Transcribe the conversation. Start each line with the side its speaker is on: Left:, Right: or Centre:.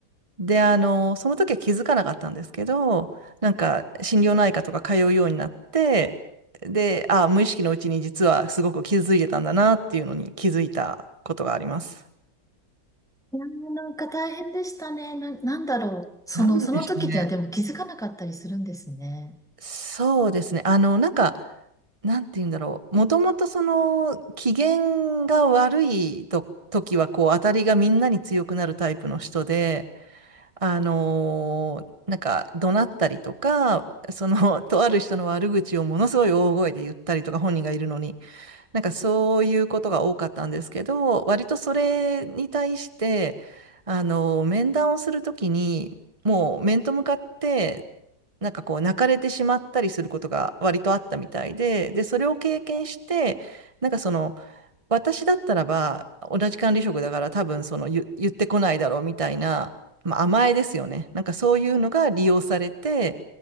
Right: で、あの、その時は気づかなかったんですけど、なんか心療内科とか通うようになって、で、あ、無意識のうちに実はすごく傷ついてたんだなっていうのに気づいたことがあります。
Centre: やなんか大変でしたね。な、なんだろう。その、
Right: なんでしょうね。
Centre: その時にはでも気づかなかったりするんですね。
Right: そうですね。あの、なんか、なんて言うんだろう。もともとその、機嫌が悪いと、時は、こう、当たりがみんなに強くなるタイプの人で、あのーなんか、怒鳴ったりとか、その、<laughs> とある人の悪口をものすごい大声で言ったりとか、本人がいるのに。なんかそういうことが多かったんですけど、割とそれに対して、あの、面談をするときに、もう面と向かって、なんかこう泣かれてしまったりすることが割とあったみたいで、で、それを経験して、なんかその、私だったらば、同じ管理職だから多分その言、言ってこないだろうみたいな、まあ、甘えですよね。なんかそういうのが利用されて、